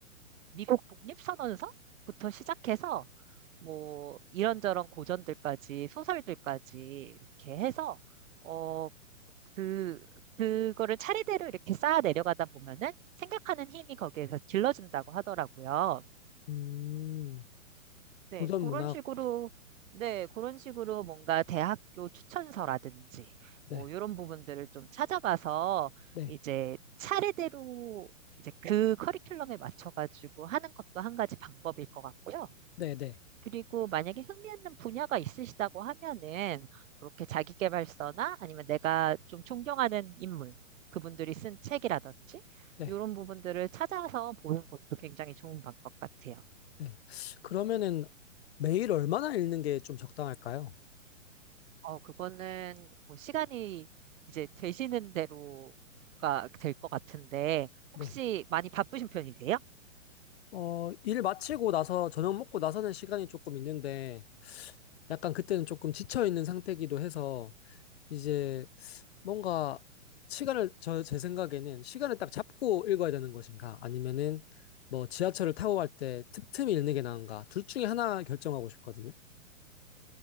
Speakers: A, on the right; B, on the left.
A: 미국 독립선언서부터 시작해서 뭐 이런저런 고전들까지 소설들까지 이렇게 해서 어, 그 그거를 차례대로 이렇게 쌓아 내려가다 보면은 생각하는 힘이 거기에서 길러진다고 하더라고요.
B: 음,
A: 네,
B: 고전
A: 그런
B: 문학.
A: 식으로 네, 그런 식으로 뭔가 대학교 추천서라든지
B: 네.
A: 뭐 이런 부분들을 좀 찾아봐서
B: 네.
A: 이제 차례대로 이제 그 커리큘럼에 맞춰가지고 하는 것도 한 가지 방법일 것 같고요.
B: 네. 네.
A: 그리고 만약에 흥미있는 분야가 있으시다고 하면은 그렇게 자기계발서나 아니면 내가 좀 존경하는 인물, 그분들이 쓴 책이라든지
B: 네.
A: 이런 부분들을 찾아서 보는 것도 굉장히 좋은 방법 같아요.
B: 네. 그러면은 매일 얼마나 읽는 게 좀 적당할까요?
A: 어, 그거는 뭐 시간이 이제 되시는 대로가 될 것 같은데,
B: 네.
A: 혹시 많이 바쁘신 편이세요?
B: 어, 일 마치고 나서 저녁 먹고 나서는 시간이 조금 있는데 약간 그때는 조금 지쳐 있는 상태이기도 해서 이제 뭔가 시간을 저 제 생각에는 시간을 딱 잡고 읽어야 되는 것인가 아니면은 뭐 지하철을 타고 갈 때 틈틈이 읽는 게 나은가 둘 중에 하나 결정하고 싶거든요.